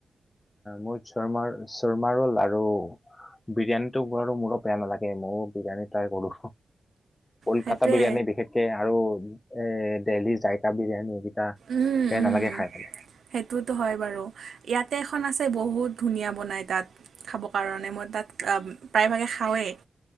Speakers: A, on the left (about 25°); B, on the right (about 80°).
A: মোৰ চৰমাৰ চৰ্মাৰো লাৰু বিৰিয়ানিতো বাৰু মোৰো বেয়া নালাগে মোৰো বিৰিয়ানী ট্ৰাই কৰো কলিকাতা
B: সেইটোৱে
A: বিৰিয়ানি বিশেষকে আৰু এ দেললি যায়কা বিৰিয়ানীকেইটা
B: উম
A: বেয়া
B: উম
A: নালাগে খাই পেলাই
B: সেইটোতো হয় বাৰু ইয়াতে এখন আছে বহুত ধুনীয়া বনায় তাত খাবৰ কাৰণে মই তাত প্ৰায়ভাগে খাওৱেই